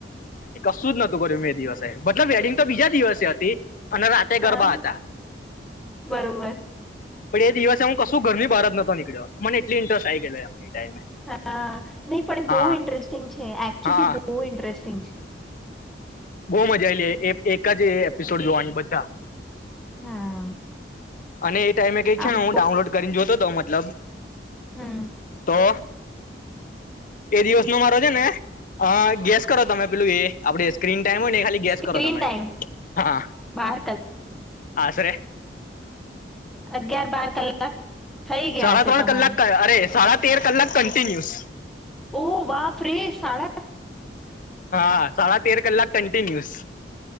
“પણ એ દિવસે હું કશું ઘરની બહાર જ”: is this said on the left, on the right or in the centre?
Left